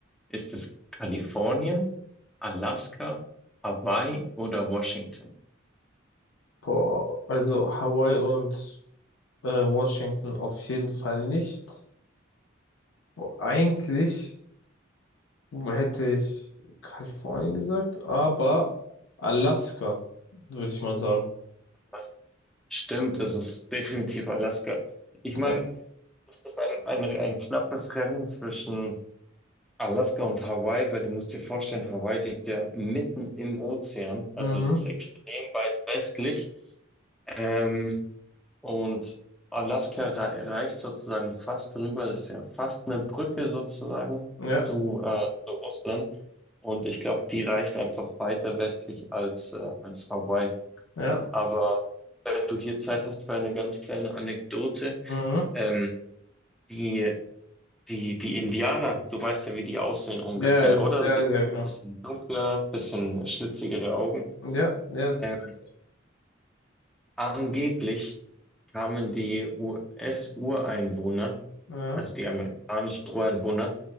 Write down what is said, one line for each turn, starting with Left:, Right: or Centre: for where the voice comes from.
Centre: Ist es Kalifornien, Alaska, Hawaii oder Washington?
Left: Boah, also Hawaii und äh, Washington auf jeden Fall nicht. Boah, eigentlich hätte ich Kalifornien gesagt, aber Alaska, würde ich mal sagen.
Centre: Was? Stimmt, das ist definitiv Alaska. Ich meine,
Left: Ja.
Centre: das ist ein, ein, ein knappes Rennen zwischen Alaska und Hawaii, weil du musst dir vorstellen, Hawaii liegt ja mitten im Ozean,
Left: Mhm.
Centre: also es ist extrem weit westlich. Ähm, Und Alaska rei- reicht sozusagen fast drüber. Das ist ja fast eine Brücke sozusagen
Left: Ja,
Centre: zu, äh, zu Russland. Und ich glaube, die reicht einfach weiter westlich als, äh, als Hawaii.
Left: ja.
Centre: Aber wenn du hier Zeit hast für eine ganz kleine Anekdote,
Left: Mhm.
Centre: ähm, die, die, die Indianer, du weißt ja, wie die aussehen ungefähr,
Left: Ja,
Centre: oder?
Left: ja,
Centre: Ein bisschen,
Left: ja, genau.
Centre: bisschen dunkler, bisschen schlitzigere Augen.
Left: Ja, ja, das
Centre: Ähm,
Left: weiß ich.
Centre: Angeblich kamen die US-Ureinwohner,
Left: Ja.
Centre: also die amerikanischen Ureinwohner,